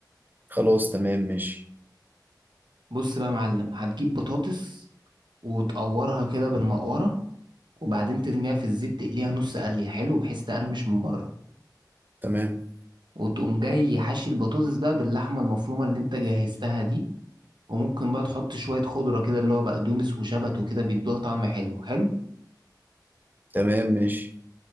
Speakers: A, on the right (about 25°); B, on the right (about 85°).
A: خلاص تمام ماشي
B: بص بقى يا معلم هتجيب بطاطس وتقورها كده بالمقورة وبعدين ترميها في الزيت تقليها نص قلية حلو بحيث تقرمش من بره
A: تمام
B: وتقوم جاي حاشي البطاطس بقى باللحمة المفرومة اللي انت جهزتها دي وممكن بقى تحط شوية خضرة كده اللي هو بقدونس وشبت وكده بيدوها طعم حلو حلو
A: تمام ماشي